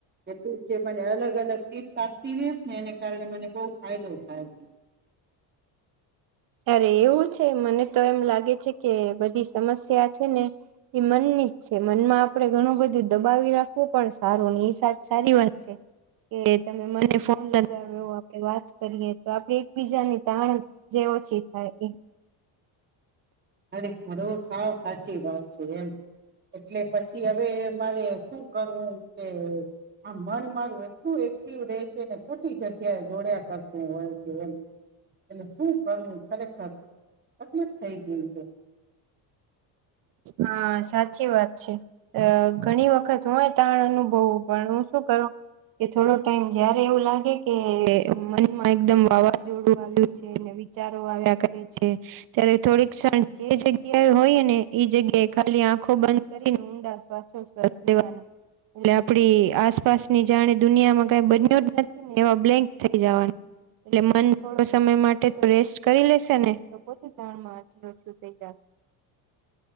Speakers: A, on the right; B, on the right.
A: હેતું છે. મને અલગ અલગ ટીપ્સ આપતી રેસ ને એને કારણે મને બહુ ફાયદો હાજી.
B: અત્યારે એવું છે મને તો એમ લાગે છે કે બધી સમસ્યા છે ને એ મનની જ છે. મનમાં આપડે ઘણું બધું દબાવી રાખવું પણ સારું એ સાજ સારી વાત છે કે તમે મને ફોન લગાવ્યો, આપે વાત કરીએ. તો આપડે એકબીજાની તાણ જેવ છી થાય એ
A: ખરો સાવ સાચી વાત છે એમ. એટલે પછી હવે મારે શુ કરું કે આમ મન મારું એટલું એક્ટિવ રહે છેને ખોટી જગ્યાએ દોડ્યા કરતું હોય છે એમ. એટલે શું કરવું ખરેખર તકલીફ થઈ ગઈ છે.
B: હા સાચી વાત છે. અ ઘણી વખત હોય તાણ અનુભવવું પણ હું શું કરું કે થોડો ટાઈમ જયારે એવું લાગે કે મનમાં એકદમ વાવાઝોડું આવ્યું છે, વિચારો આવ્યા કરે છે ત્યારે થોડીક ક્ષણ જે જગ્યાએ હોઈ ને એ જગ્યાએ ખાલી આંખો બંધ કરીને ઊંડા શ્વાસો શ્વાસ લેવાના એટલે આપડી આસપાસની જાણી દુનિયામાં કઈ બન્યો જ નથી ને એવા બ્લેન્ક થઈ જવાનું એટલે મન થોડો સમય માટે તો રેસ્ટ કરી લેશે ને તો પોતે જાણ ઓછું થઈ જાશે.